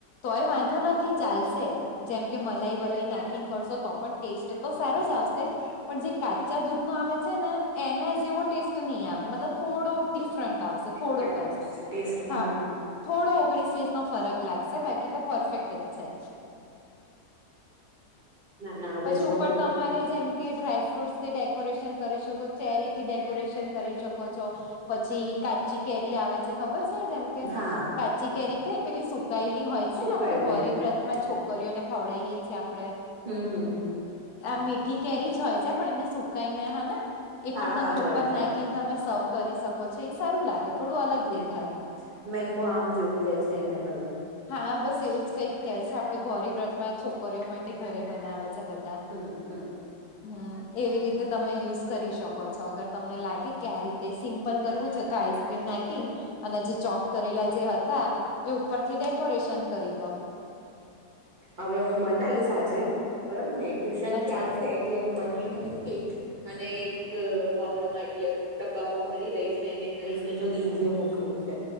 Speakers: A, on the left (about 65°); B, on the right (about 30°).
A: તોય વાંધો નથી! ચાલશે જેમ કે મલાઈ વલાઈ નાખીને કરશો તો પણ ટેસ્ટ તો સારો જ આવશે. પણ જે કાચા દૂધ નો આવે છે ને એના જેવો ટેસ્ટ નહી આવે મતલબ થોડો ડિફરન્ટ
B: ડિફરન્ટ
A: થોડોક જ,
B: આવશે ટેસ્ટમાં
A: હા. થોડો ઓગણીસ વીસ નો ફરક લાગશે બાકી તો પરફેક્ટ જ છે.
B: ના ના હવે
A: પછી
B: જો
A: ઉપર
B: હું
A: તમારે જેમ કે ડ્રાયફ્રૂટ્સ થી ડેકોરેશન કરી શકો ચેરી થી ડેકોરેશન કરી શકો છો. પછી કાચી કેરી આવે છે ખબર છે જેમ
B: હા
A: કાચી કેરી કઈ પેલી સુકાયેલી હોય છે
B: સુકાયેલી
A: ને આપડે ગૌરી વ્રત માં છો છોકરીઓ ને ખવડાવીએ છીએ આપડણે
B: હું હું
A: આ મીઠી કેરી જ હોય છે પણ એને સુકાઈ ને હને એ
B: હા
A: પણ તમે
B: હા હોય
A: ઉપર
B: છે
A: નાખીન
B: હમ
A: તમે સવ કરી શકો છો એ સારું લાગે થોડું અલગ દેખાય
B: હમ મેંગો આમ જેવું કે છે એને કંઈ
A: હા બસ એવું જ કંઈક કે છે આપડે ગોરી વ્રત માં છોકરીઓ માટે ઘરે બનાવે છે બધા
B: હુ હુ
A: હુ એવી રીતે તમે યુઝ કરી શકો છો અગર તમને લાગે કે આ રીતે સિમ્પલ કરવું છે આઈસક્રીમ નાખીન અને જે ચોપ કરેલા જે હતા એ ઉપર થી ડેકોરેશન કરી દો
B: હવે હું બનાઈશ આજે બરાબર ને ટ્યુશન
A: અચ્છા
B: થી આવશે એટલે હું બનાઈને મૂકી અને એક બાઉલમાં એટલે ડબ્બામાં ભરી દઈશ ને એને કહીશ કે જો દીદી એ મોકલ્યું છે